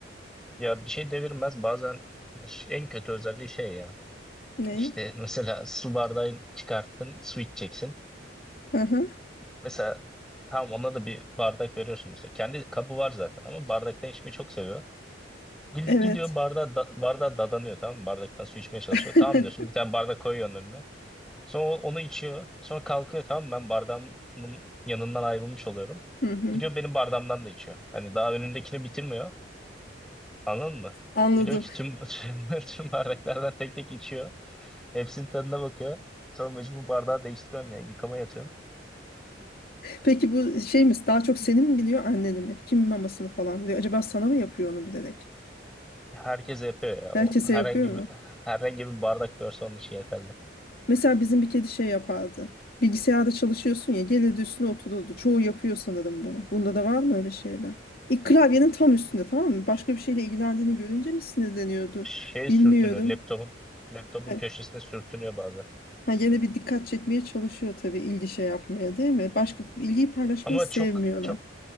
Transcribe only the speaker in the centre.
Ya bir şey devirmez. Bazen en kötü özelliği şey ya.
İşte mesela su bardağı çıkarttın su içeceksin.
Mesela tam ona da bir bardak veriyorsun mesela. Kendi kabı var zaten ama bardaktan içmeyi çok seviyor. Gid-
Gidiyor bardağa, da, bardağa dadanıyor tamam mı? Bardaktan su içmeye çalışıyor.
Tamam diyorsun bir tane bardak koyuyorsun önüne. Sonra o- onu içiyor. Sonra kalkıyor tamam mı? Ben bardağımın yanından ayrılmış oluyorum.
Gidiyor benim bardağımdan da içiyor. Hani daha önündekini bitirmiyor. Anladın mı?
Gidiyor ki tüm, <laughs> tüm bardaklardan tek tek içiyor. Hepsinin tadına bakıyor. Sonra mecbur bardağı değiştiriyorsun ya. Yıkamaya atıyorsun.
Herkes yapıyor ya. O
herhangi
bir, herhangi bir bardak görse onun için yeterli.
şey
sürtünüyor laptopun laptopun
köşesine sürtünüyor bazen.
Ama
çok çok